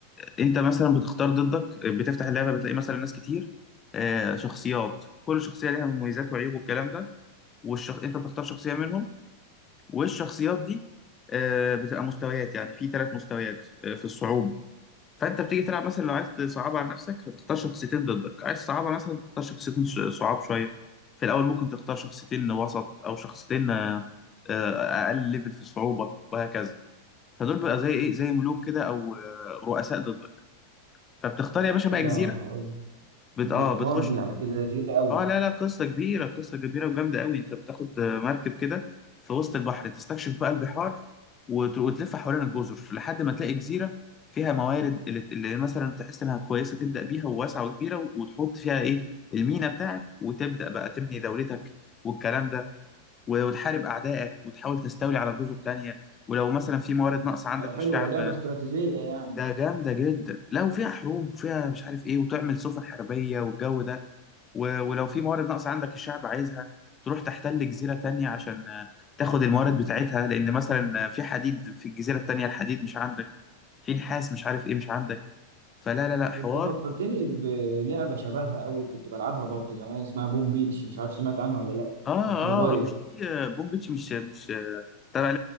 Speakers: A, on the left; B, on the right.
A: انت مثلا بتختار ضدك بتفتح اللعبه بتلاقي مثلا ناس كتير آه، شخصيات كل شخصيه ليها مميزات وعيوب والكلام ده والشخ... انت بتختار شخصيه منهم والشخصيات دي آه، بتبقى مستويات يعني في ثلاث مستويات آه، في الصعوبة فانت بتيجي تلعب مثلا لو عايز تصعبها على نفسك هتختار شخصيتين ضدك عايز تصعبها مثلا تختار شخصيتين ش- صعاب شوية في الاول ممكن تختار شخصيتين وسط او شخصيتين آه، آه، اقل ليفل في الصعوبة وهكذا فدول بقى زي ايه زي ملوك كده او آه، رؤساء ضدك فبتختار يا باشا بقى جزيرة
B: ده ح-
A: بت... اه
B: دي حوار
A: بتخش
B: دي على كده تقيلة قوي
A: اه لا لا قصة كبيرة قصة كبيرة وجامدة قوي انت بتاخد مركب كده في وسط البحر تستكشف بقى البحار وت- وتلف حوالين الجزر لحد ما تلاقي جزيرة فيها موارد اللي, اللي مثلا تحس انها كويسة تبدأ بيها وواسعة وكبيرة وتحط فيها ايه المينا بتاعك وتبدأ بقى تبني دولتك والكلام ده و- وتحارب أعدائك وتحاول تستولي على جزر تانية ولو مثلا في موارد ناقصة عندك
B: حلوة
A: الشعب
B: لعبة استراتيجية يعني
A: ده جامدة جدا لا وفيها حروب وفيها مش عارف ايه وتعمل سفن حربية والجو ده و- ولو في موارد ناقصة عندك الشعب عايزها تروح تحتل جزيرة تانية عشان آه، تاخد الموارد بتاعتها لأن مثلا آه، في حديد في الجزيرة التانية الحديد مش عندك في نحاس مش عارف إيه مش عندك فلا لا لا حوار
B: انت فكرتني بلعبه شبهها قوي كنت بلعبها برضو زمان اسمها بوم بيتش مش عارف سمعت عنها ولا لا
A: آه
B: كانت موبايل
A: آه مش دي آه، بومبيتش مش مش آه، تبع